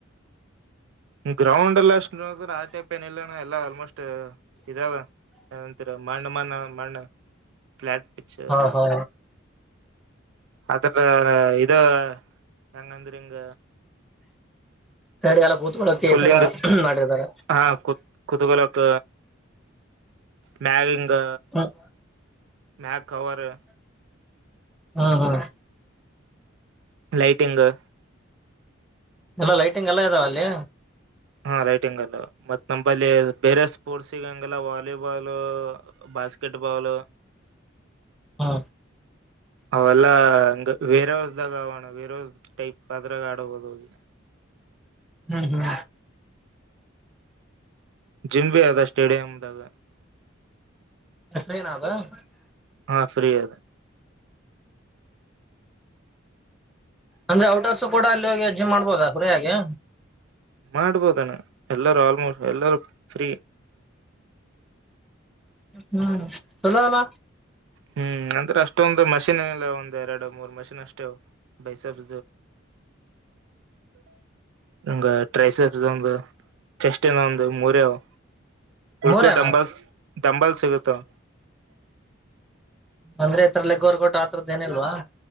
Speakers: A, on the right; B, in the centre.
A: ಗ್ರೌಂಡ್ ಎಲ್ಲ ಅಷ್ಟು ನೋಡ್ತ ಆ ಟೈಪ್ ಏನ ಇಲ್ಲ ಎಲ್ಲಾ ಆಲ್ಮೋಸ್ಟ್ ಇದರ ಮನ ಮನ ಮಣ್ಣ್ ಫ್ಯಾಲ್ಟ್ ಪಿಕ್ಸ್
B: ಹಾ ಹಾ
A: ಅದರ್ದು ಇದೋ ನಂಗಂದ್ರಂಗ
B: ತಡಿಗೆಲ್ಲ ಕೂತ್ಕೊಳ್ಳಕಕ್ಕೆ
A: ಫುಲ್
B: ಈ ತರ
A: ಹಿಂಗ
B: ಮಾಡಿರ್ತಾರ
A: ಹಾ ಕೊತ್ ಕೋತ್ಕೊಲಕ್ ಮ್ಯಗಿಂದ್
B: ಹ್ಮ್
A: ಮ್ಯಾಗ ಕವರ್
B: ಹಾ ಹಾ
A: ಲೈಟಿಂಗು
B: ಎಲ್ಲ ಲೈಟಿಂಗ್ ಎಲ್ಲ ಇದಾವ ಅಲ್ಲಿ
A: ಹಾ ಲೈಟಿಂಗ್ ಅದವಾ ಮತ್ತ್ ನಂಬಲ್ಲಿ ಬೇರೆ ಸ್ಪೋರ್ಟ್ಸ್ಗ ಹಂಗಗೆಲ್ಲ ವಾಲಿಬಾಲ್ ಬಾಸ್ಕೆಟ್ ಬಾಲ್.
B: ಹಾ
A: ಅವಲ್ಲಾ ಇಂಗ ವೇರೆ ಹೊಸದಗಾ ಅವಾಣ್ಣ ಟೈಪ್ ಅದ್ರಾಗ ಆಡಬಹದು ಹೋಗಿ
B: ಹ್ಮ ಹ್ಮ
A: ಜಿಮ್ ಬಿ ಅದ ಸ್ಟೇಡಿಯಮ್ದಾಗ
B: ಹೆಸೇನಾದ <unintelligible>
A: ಹಾ ಫ್ರೀ ಅದೇ
B: ಅಂದ್ರೆ ಔಟರ್ಸ್ ಕೂಡ ಅಲ್ಲಿ ಹೋಗಿ ಜಿಮ್ ಮಾಡಬೋದ ಅಲ್ಲಿ ಫ್ರೀ ಯಾಗಿ
A: ಮಾಡ್ಬೋದಣ್ಣ ಎಲ್ಲರೂ ಆಲ್ಮೋಸ್ಟ್ ಎಲ್ಲರೂ ಫ್ರೀ
B: ಹ್ಮ್ ಚಲೋಲ್ಲ
A: ಹ್ಮ್ ಅಂದ್ರೆ ಅಷ್ಟೊಂದು ಮಷಿನ್ ಏನ್ ಇಲ್ಲ ಒಂದ್ ಎರಡು ಮೂರ್ ಮಷಿನ್ ಅಷ್ಟೇ ಬೈಸಬ್
B: <inaudible>
A: ಹಂಗ ಟ್ರೈಸಂದು <unintelligible> ಚೆಸ್ಟಿನ ಒಂದು ಮೂರ ಆವಾ ಹಳ್ಕು
B: ಮೂರೇನಾ
A: ಡಂಬಲ್ಸ್ ಡಂಬಲ್ ಸಿಗುತ್ತವ
B: ಅಂದ್ರೆ ಈ ತರ ಲೆಗ್ ವರ್ಕೋಟ್ ಆರದ್ದ ಏನ್ ಇಲ್ವಾ